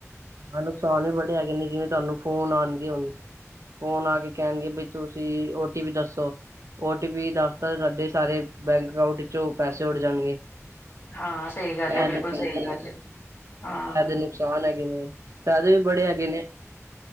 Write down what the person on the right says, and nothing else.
ਹਾਂ, ਨੁਕਸਾਨ ਵੀ ਬੜੇ ਹੈਗੇ ਨੇਂ ਜਿਵੇਂ ਤੁਹਾਨੂੰ ਫੋਨ ਆਣਗੇ ਹੁਨ। ਫੋਨ ਆਕੇ ਕਹਿਣਗੇ ਬਈ ਤੁਸੀਂ, ਓਟੀਪੀ ਦੱਸੋ? ਓ ਟੀ ਪੀ ਦੱਸਤਾ ਸਾਡੇ ਸਾਰੇ, ਬੈਂਕ ਅਕਾੰਊਂਟ'ਚੋਂ ਪੈਸੇ ਉੱਡ ਜਾਣਗੇ।
ਐ
ਇਹਦੇ
ਫਾਇਦੇ,
ਐ ਦੇ ਨੁਕਸ ਸਾਨ ਹੈਗੇ ਨੇਂ, ਫਾਇਦੇ ਵੀ ਬੜੇ ਹੈਗੇ ਨੇਂ।